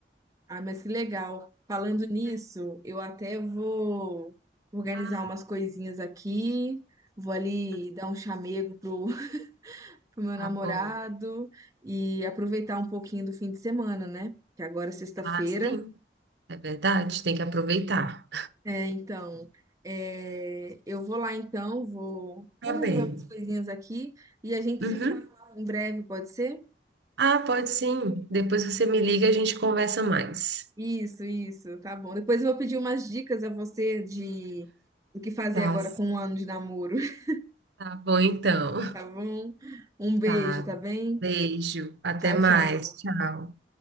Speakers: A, on the right; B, on the right.
A: Ah, mas que legal. Falando
B: posso
A: nisso,
B: ver?
A: eu até vou organizar
B: Ah,
A: umas coisinhas aqui, vou ali
B: tá
A: dar um chamego pro, <laughs> pro meu
B: tá
A: namorado
B: bom.
A: e aproveitar um pouquinho do fim de semana, né? Que agora é sexta-feira.
B: Ah, sim, é verdade, tem que aproveitar.
A: É, então, é, eu vou lá então, vou,
B: Tá
A: vou resolver
B: bem.
A: umas coisinhas aqui e a gente
B: Uhum.
A: se fala em breve, pode ser?
B: Ah, pode sim. Depois você me liga e a gente conversa mais.
A: Isso, isso, tá bom. Depois eu vou pedir umas dicas a você de do que fazer
B: Tá
A: agora
B: certo.
A: com um ano de namoro, <laughs>
B: Tá bom, então.
A: tá bom? Um beijo,
B: Tá.
A: tá bem?
B: Beijo. Até
A: Tchau,
B: mais.
A: tchau.
B: Tchau.